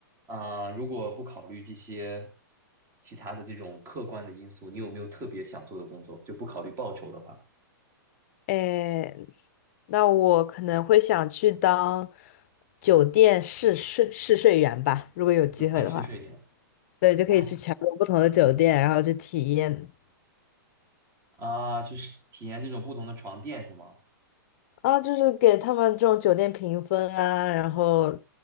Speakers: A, on the right; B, on the left.
A: 啊、如果不考虑这些其他的这种客观的因素，你有没有特别想做的工作？就不考虑报酬的话，
B: 哎，那我可能会想去当酒店试睡试睡员吧，如果有机会的话，
A: 就干试睡员。
B: 对，就可以去全国不同的酒店，
A: 哎
B: 然后去体验
A: 啊，就是体验这种不同的床垫是吗？
B: 啊，就是给他们这种酒店评分啊，然后